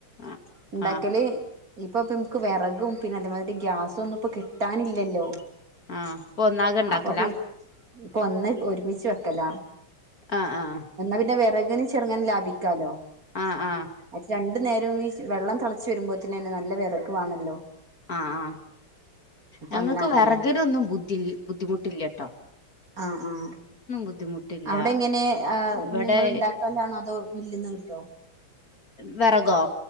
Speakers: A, on the left (about 45°); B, on the right (about 40°).
A: ആഹ്
B: ഉണ്ടാക്കല്
A: ആഹ്
B: ഇപ്പൊ നമുക്ക് വിറകും പിന്നെ അതേമാതിരി ഗ്യാസും ഒന്നും ഇപ്പൊ കിട്ടാനില്ലല്ലോ
A: ആഹ് അപ്പ ഒന്നാകെ ഉണ്ടാക്കല
B: അപ്പൊ പി ഇപ്പൊ ഒന്ന് ഒരുമിച്ച് വെ കല
A: ആഹ് ആഹ്
B: പിന്നെ വേറെ അങ്ങനെ ചെറുങ്ങാൻ ലാഭിക്കാലോ
A: ആഹ് ആഹ്
B: അത് രണ്ട് നേരം ഈ വെള്ളം തിളച്ച് വരുമ്പോത്തന്നെന്ന നല്ല വിറകുവാണല്ലോ
A: ആ ആ ഞങ്ങൾക്ക്
B: അങ്ങനെ ആക്കലാ
A: വിറകലൊന്നും ബുദ്ധി ബുദ്ധിമുട്ടില്ല കേട്ടോ
B: ആഹ് ആഹ്
A: ബുദ്ധിമുട്ടില്ല
B: അവിടെ എങ്ങനെ ആ
A: ഇവിടെ
B: നിങ്ങൾ ഉണ്ടാക്കലാണോ അതോ മില്ലിന്ന് കിട്ടോ
A: വിറകോ